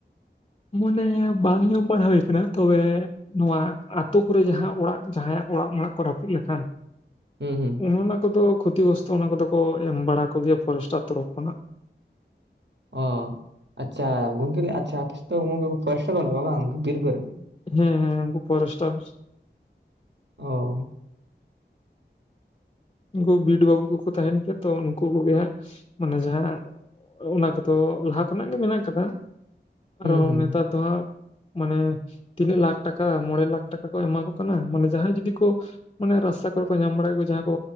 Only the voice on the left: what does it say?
ᱢᱚᱱᱮ ᱵᱟᱝ ᱧᱟᱢ ᱵᱟᱲᱟ ᱦᱩᱭ ᱠᱟᱱᱟ ᱛᱚᱵᱮ, ᱱᱚᱣᱟ ᱟᱛᱳ ᱠᱚᱨᱮ ᱡᱟᱦᱟᱸ ᱚᱲᱟᱜ ᱡᱟᱦᱟᱸᱭᱟᱜ ᱚᱲᱟᱜ ᱢᱚᱲᱟᱜᱼᱠ ᱨᱟᱹᱯᱩᱫ ᱞᱮᱠᱷᱟᱱ,
ᱚᱱᱮ ᱚᱱᱟ ᱠᱚᱫᱚ ᱠᱷᱚᱛᱤ ᱜᱨᱚᱥᱛᱚ ᱚᱱᱟ ᱠᱚᱫᱚ ᱠᱚ ᱮᱢ ᱵᱟᱲᱟ ᱠᱚᱜᱮᱭᱟ ᱯᱷᱚᱨᱮᱥᱴᱟᱨ ᱛᱚᱨᱚᱯᱷ ᱠᱷᱚᱱᱟᱜ ᱾
ᱦᱮᱸ ᱦᱮᱸ ᱩᱱᱠᱩ ᱯᱷᱚᱨᱮᱥᱴᱟᱨ
ᱩᱱᱠᱩ ᱵᱤᱴ ᱵᱟᱹᱵᱩ ᱠᱚᱠᱚ ᱛᱟᱦᱮᱱ ᱜᱮᱭᱟ ᱛᱚ ᱩᱱᱠᱩ ᱠᱚᱜᱮ ᱦᱟᱸᱜ ᱢᱟᱱᱮ ᱡᱟᱦᱟᱸ, ᱚᱱᱟ ᱠᱚᱫᱚ ᱞᱟᱦᱟ ᱠᱷᱚᱱᱟᱜ ᱜᱮ ᱢᱮᱱᱟᱜ ᱟᱠᱟᱫᱟ ᱟᱨᱚ
ᱱᱮᱛᱟᱨ, ᱛᱚ ᱦᱟᱸᱜ ᱢᱟᱱᱮ ᱛᱤᱱᱟᱹᱜ ᱞᱟᱠᱷ ᱴᱟᱠᱟ ᱢᱚᱬᱮ ᱞᱟᱠᱷ ᱴᱟᱠᱟ ᱠᱚ ᱮᱢᱟ ᱠᱚ ᱠᱟᱱᱟ ᱢᱟᱱᱮ ᱡᱟᱦᱟᱸᱭ ᱡᱩᱫᱤ ᱠᱚ, ᱢᱟᱱᱮ ᱨᱟᱥᱛᱟ ᱠᱚᱨᱮ ᱠᱚ ᱧᱟᱢ ᱵᱟᱲᱟᱮᱫ ᱠᱚ ᱡᱟᱦᱟᱸᱭ ᱠᱚ